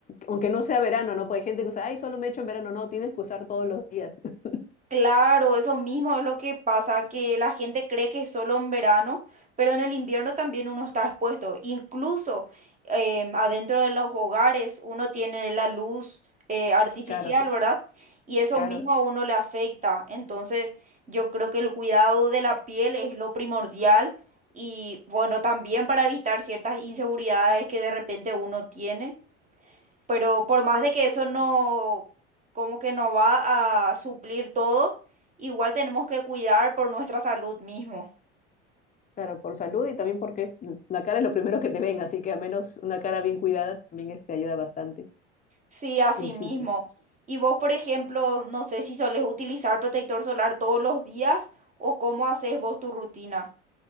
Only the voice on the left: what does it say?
aunque no sea verano, ¿no? Porque hay gente que usa, ay, solo me echo en verano, no, tienes que usar todos los días. <laughs>
Claro, sí,
claro,
claro, por salud y también porque es- la cara es lo primero que te ven, así que a menos una cara bien cuidada también este, ayuda bastante.
Y sí,
pues.